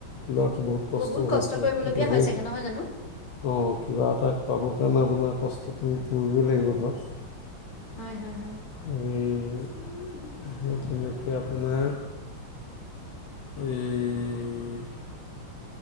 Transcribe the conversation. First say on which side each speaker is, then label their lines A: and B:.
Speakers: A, on the left; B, on the left.
A: ল'ৰাটো কষ্টও
B: বহুত কষ্ট
A: হৈছিলে
B: কৰিবলগীয়া
A: কিন্তু সেই
B: হয় চাগে নহয় জানো।
A: অঁ কিবা এটা পাবৰ কাৰণে আপোনাৰ কষ্টটো কৰিবই লাগিব ধৰক।
B: হয় হয় হয়।
A: উম সেই তেনেকে আপোনাৰ এই।